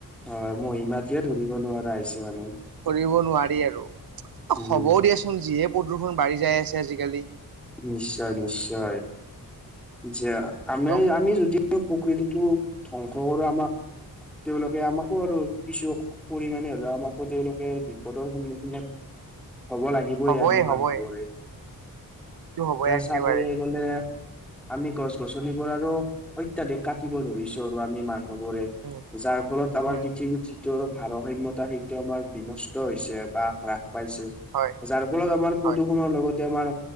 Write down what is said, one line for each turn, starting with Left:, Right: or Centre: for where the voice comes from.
Centre: হয় মহিমাটোয়ে ধৰিব নোৱাৰা আহিছো মানে।
Right: ধৰিব নোৱাৰি আৰু
Centre: উম।
Right: হ'ব দিয়াচোন যিয়ে প্ৰদূষণ বাঢ়ি যাই আছে আজিকালি।
Centre: নিশ্চয় নিশ্চয় যে। আমি
Right: একদম।
Centre: আমি যদিও প্ৰকৃতিটো ধ্বংস কৰো আমাক। তেওঁলোকে আমাকো আৰু কিছু। পৰিমাণে হলেও আমাকো তেওঁলোকে বিপদৰ সন্মুখীনে হব লাগি বই
Right: হ'বই
Centre: আমি মানুহবোৰে
Right: হ'বই এইটো হ'বই
Centre: এতিয়া
Right: একেবাৰে
Centre: চাবলে গলে। আমি গছ গছনিবোৰ আৰু অত্যাধিক কাটিব ধৰিছো আৰু আমি মানুহ। বোৰে
Right: উম
Centre: যাৰ ফলত আমাৰ
Right: উম
Centre: পৃথিৱীত যিটো আৰু ভাৰসাম্যতা সেই। সেইটো আমাৰ বিনষ্ট হৈছে বা হ্ৰাস পাইছে
Right: হয়
Centre: যাৰ ফলত আমাৰ প্ৰদূষণৰ
Right: হয়।
Centre: লগত। তে আমাৰ